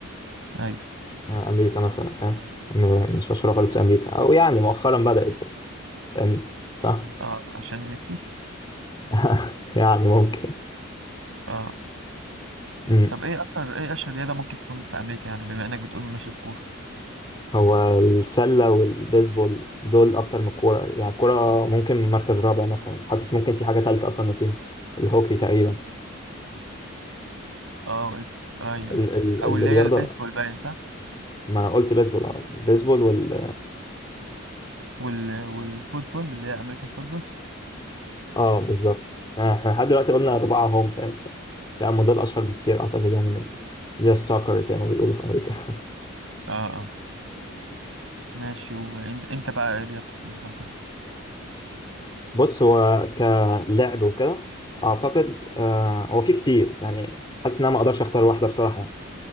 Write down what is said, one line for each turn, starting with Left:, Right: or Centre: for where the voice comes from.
Right: أي
Left: آه أمريكا مثلا فاهم م- مش مشهورة خالص في أمريكا أو يعني مؤخرا بدأت بس فاهم صح
Right: آه عشان ميسي
Left: <laughs> يعني ممكن
Right: آه
Left: امم
Right: طب إيه أشهر إيه أشهر رياضة ممكن تكون في أمريكا يعني بما إنك بتقول مش الكورة
Left: هو السلة والبيسبول دول أكتر من الكورة يعني الكورة ممكن مركز رابع مثلا حاسس ممكن في حاجة تالتة أصلا نسيها الهوكي تقريبا
Right: آه قول. أي
Left: فالرياضة
Right: أي أو اللي هي البيسبول باين صح
Left: ما قلت بيسبول اه البيسبول وال
Right: وال... والفوتبول اللي هي أمريكان فوتبول
Left: اه بالظبط يعني احنا لحد دلوقتي قلنا أربعة هم فاهم ف... لا هم دول أشهر بكتير أعتقد يعني من اللي هي الساكر زي ما بيقولوا في أمريكا <laughs>
Right: آه آه ماشي وإنت إنت بقى إيه رياضتك المفضلة
Left: بص هو كلعب وكده أعتقد آه هو في كتير يعني حاسس إن أنا ما أقدرش أختار واحدة بصراحة